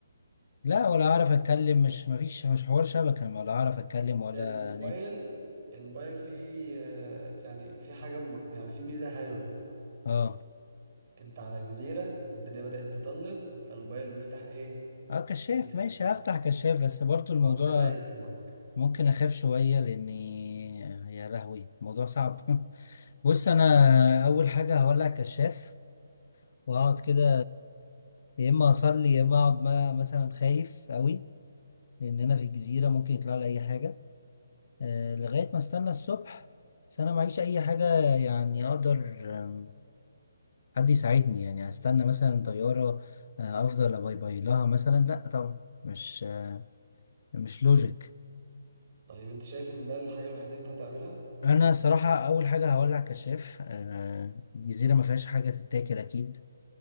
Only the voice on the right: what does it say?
بس
الموبايل
الموبايل فيه آه، يعني في حاجه م- يعني في ميزه حلوه
انت على جزيره والدنيا بدات تظلم فالموبايل بيفتح ايه
فلاش
اه ده اللي هينفعك
طيب انت شايف ان ده الحاجه الوحيده اللي انت هتعملها